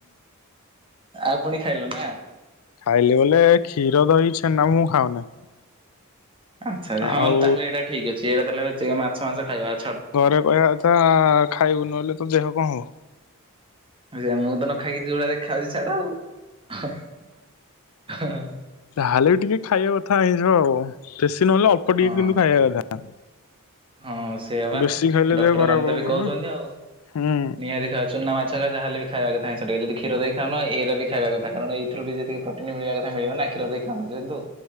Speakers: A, on the right (about 25°); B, on the left (about 70°).
A: ଆଉ ପୁଣି ଖାଇଲ ନା।
B: ଖାଇଲି ବୋଲେ କ୍ଷୀର ଦହି ଛେନା ମୁଁ ଖାଉନି।
A: ଆଚ୍ଛା
B: ଆଉ
A: ହଁ ତାହେଲେ ଏଇଟା ଠିକ ଅଛି ଏଇଟା ତାହେଲେ ଟିକେ ମାଛ ମାଂସ ଖାଇବ।
B: ଘରେ କହିବା କଥା ଖାଇବୁ ନ ଲେ ତ ଦେହ କଣ ହବ
A: ଆା ମୁଁ ତ ନ ଖାଇକିଉଡରେ ଖାଉଛି ଛାଡା ଆଉ ହଁ
B: ତାହେଲେ ବି ଟିକେ ଖାଇବା କଥା ଆଇଯିବ ଆଉ ନହେଲେ ଅଳ୍ପ
A: ହଁ
B: ଟିକେ କିନ୍ତୁ ଖାଇବା କଥା
A: ହଁ ସେଇ ହେବା
B: ବେଶୀ ଖାଇଲେ
A: ଡକ୍ଟର
B: ଦେହ ଖରାପ
A: ମାନେ ତ ବି
B: ହବ
A: କହୁଛନ୍ତି
B: ନା
A: ଆଉ
B: ହୁଁ
A: ନିହାତି ଖ ଚୁନା ମାଛା ଯାହାେଲେ ବି ଖାଇବା ଥାଏ ସେ ଟିକେ ଯଦି କ୍ଷର ଦେଇ ଏଇରା ବି ଖାଇବା କଥା କାରଣ ଏଇଥିରୁ ବି ଯେତିକି ପ୍ରୋଟିନ୍ ମିଳ ମିଳିବ ନା କ୍ଷୀର ଦେଇ ଖାଉଣୁ ଯେହେନ୍ତୁ